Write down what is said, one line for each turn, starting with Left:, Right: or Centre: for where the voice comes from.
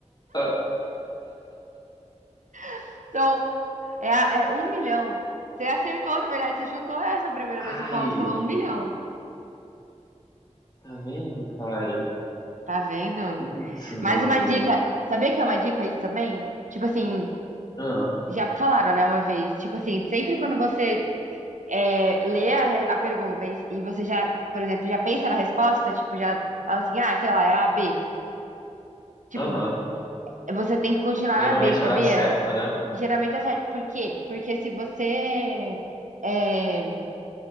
Left: up.
Right: <laughs> são, é, a- é um milhão. Você acertou, na verdade, você chutou essa primeira
Left: Ai,
Right: vez que você falou, você falou um milhão.
Left: tá vendo, cara?
Right: Tá vendo?
Left: Putz,
Right: Mais
Left: mano.
Right: uma dica. Sabia que é uma dica isso também? Tipo assim,
Left: Ah,
Right: já falaram, né, uma vez. Tipo assim, sempre quando você é, lê a, re- a pergunta e, e você já, por exemplo, já pensa na resposta, tipo, já fala assim, ah, sei lá, é a B. Tipo,
Left: Aham.
Right: você tem que continuar
Left: Geralmente
Right: na B, sabia?
Left: ela acerta, né?
Right: Geralmente é certo. Por quê? Porque se você é,